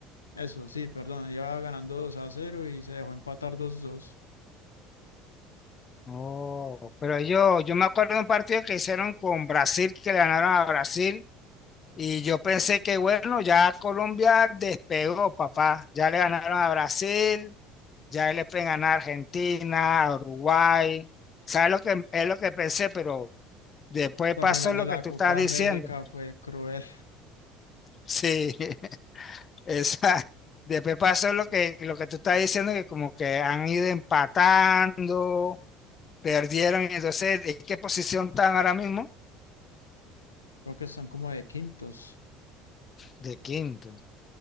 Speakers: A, on the left (about 80°); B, on the left (about 35°).
A: Eso, sí, perdón, iba ganando 2 a cero y se dejó empatar dos dos
B: Oh, pero yo, yo me acuerdo de un partido que hicieron con Brasil, que le ganaron a Brasil, y yo pensé que bueno, ya Colombia despegó, papá. Ya le ganaron a Brasil, ya le pueden ganar a Argentina, a Uruguay. ¿Sabes lo que es lo que pensé? Pero después pasó
A: La final de
B: lo
A: la
B: que tú
A: Copa
B: estás diciendo.
A: América fue cruel.
B: Sí, <laughs> esa. Después pasó lo que, lo que tú estás diciendo, que como que han ido empatando, perdieron, y entonces, ¿en qué posición están ahora mismo?
A: <laughs> Creo que están como de quintos.
B: De quinto.